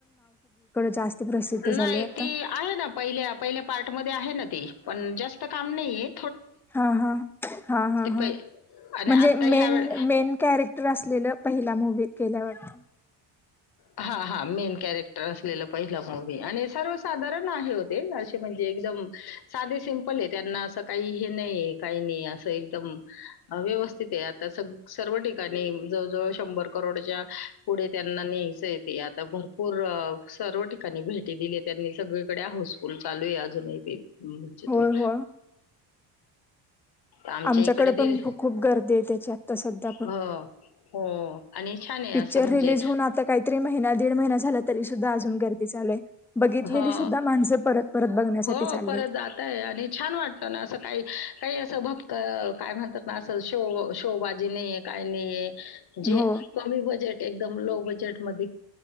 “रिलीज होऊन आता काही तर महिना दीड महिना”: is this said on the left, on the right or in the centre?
Centre